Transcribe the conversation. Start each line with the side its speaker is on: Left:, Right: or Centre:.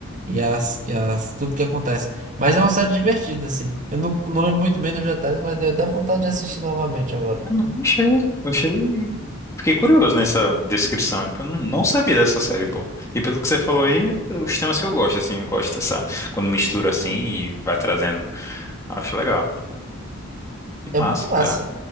Right: e, as, e as, tudo que acontece. Mas é uma série divertida, assim. Eu não, não lembro muito bem dos detalhes, mas deu até vontade de assistir novamente agora.
Left: Não, não, achei, achei... Fiquei curioso nessa descrição, porque eu não não sabia dessa série, pô. E pelo que você falou aí, é os temas que eu gosto, assim, eu gosto dessa... Quando mistura, assim, e vai trazendo. Acho legal. Que
Right: É
Left: massa,
Right: muito massa.
Left: cara.